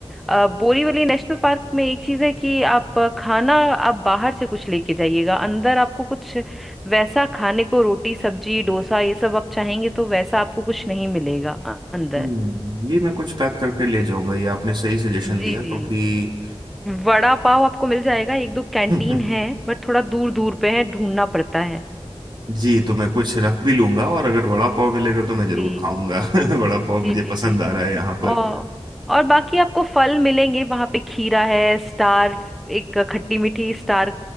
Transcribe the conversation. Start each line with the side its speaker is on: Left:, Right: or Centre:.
Centre: अ, बोरीवली नेशनल पार्क में एक चीज़ है कि आप अ, खाना आप बाहर से कुछ लेके जाइएगा अंदर आपको कुछ वैसा खाने को रोटी सब्जी डोसा ये सब आप चाहेंगे तो वैसा आपको कुछ नहीं मिलेगा अ- अंदर
Right: हम्म, ये मैं कुछ पैक करके ले जाऊंगा ये आपने सही सजेशन
Centre: जी
Right: दिया क्योंकि
Centre: जी वड़ा पाव आपको मिल जाएगा एक दो कैंटीन
Right: <laughs>
Centre: है बट थोड़ा दूर दूर पे है ढूंढना पड़ता है
Right: जी तो मैं कुछ रख भी लूंगा और अगर वड़ा पाव मिलेगा तो मैं
Centre: जी
Right: जरूर खाऊंगा <laughs> वड़ा पाव
Centre: जी
Right: मुझे
Centre: जी
Right: पसंद
Centre: जी
Right: आ रहा है यहाँ पर
Centre: और और बाकी आपको फल मिलेंगे वहां पे खीरा है स्टार एक खट्टी मीठी स्टार